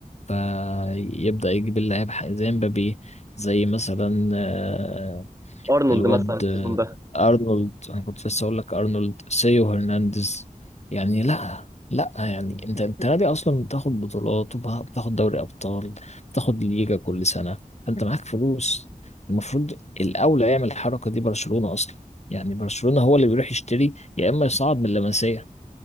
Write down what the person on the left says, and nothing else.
فيبدأ يجيب اللاعب ح- زي مبابي زي مثلا آه،
الواد
آه،
ارنولد انا كنت لسه اقول لك ارنولد سيو هرنانديز يعني لا لا يعني انت انت نادي اصلا بتاخد بطولات وبتاخد دوري ابطال بتاخد ليجا كل سنه فانت معاك فلوس المفروض الاولى يعمل الحركه دي برشلونه اصلا يعني برشلونه هو اللي بيروح يشتري يا اما يصعد من اللمسيه